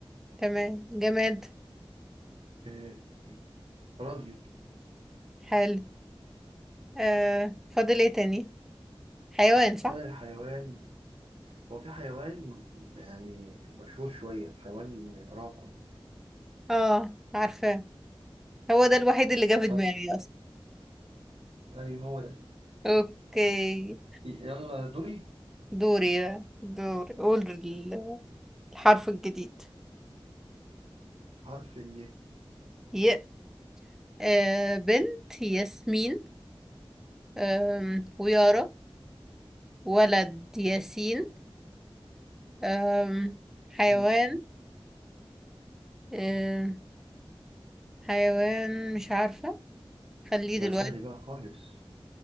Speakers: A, in the centre; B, on the right (about 75°).
A: تمام جماد
B: آه، راديو
A: حلو آه فاضل ايه تاني حيوان صح
B: فضل الحيوان هو في حيوان يعني مشهور شوية حيوان راقم
A: اه عارفه هو ده الوحيد اللي جه
B: شاطر
A: في دماغي اصلا
B: أيوه هو ده
A: اوكي
B: يلا دوري
A: دوري بقى دوري قول ال- الحرف الجديد
B: حرف الياء
A: ي آه بنت ياسمين آم ويارا ولد ياسين آم حيوان
B: ماشي
A: آم حيوان مش عارفة خليه
B: ده
A: دلوقتي
B: سهل بقى خالص